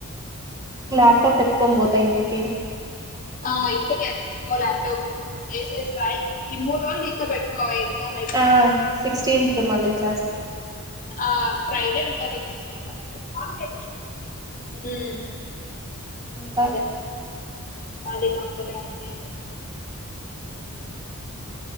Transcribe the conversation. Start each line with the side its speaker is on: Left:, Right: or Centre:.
Right: లాప్టాప్ ఎత్తుకొని పోతా ఇంటికి
Left: ఆ అయితే కెప్టెన్ ఓ ల్యాప్టాప్ చేసేసిరాయి ఈ మూడు రోలు నీతో పెట్టుకో ఎగ్జామ్ అయి
Right: ఆ సిక్స్టీన్త్కి మళ్ళీ ఇచెస్తా
Left: ఆ ఫ్రైడే రిటర్న్ ఎక్కేసే సరిపొద్ది ఉమ్
Right: ఇంకా
Left: అదే మళ్ళీ మామూలే అంత ఇంకా ఉమ్